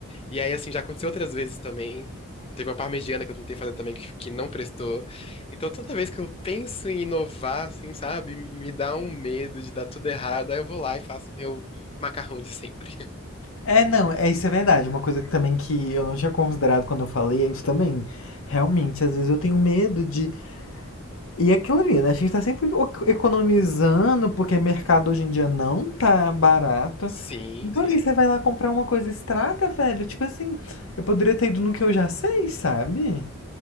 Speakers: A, on the left; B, on the left.
A: E aí, assim, já aconteceu outras vezes também. Teve uma parmegiana que eu tentei fazer também que, que não prestou. Então, toda vez que eu penso em inovar, assim, sabe, me dá um medo de dar tudo errado. Aí eu vou lá e faço meu macarrão de sempre. <laughs>
B: É, não, é isso é verdade. Uma coisa que também que eu não tinha considerado quando eu falei é isso também. Realmente, às vezes eu tenho medo de. E é aquilo ali, né? A gente tá sempre o- economizando, porque mercado hoje em dia não tá barato.
A: Sim,
B: Então
A: sim.
B: ali você vai lá comprar uma coisa e estraga, velho. Tipo assim, eu poderia ter ido no que eu já sei, sabe?